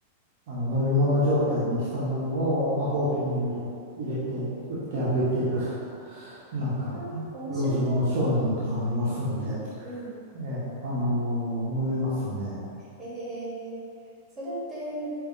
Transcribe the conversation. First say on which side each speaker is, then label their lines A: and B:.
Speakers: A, on the right; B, on the right.
A: あの、飲み物状態にしたものを魔法瓶に入れ、入れて、売って歩いている、<laughs> なんか、
B: あー面白い。
A: 路上の商人とかもいますんで、
B: うん。うん
A: ええ、あのー飲めますね。
B: えー、それって、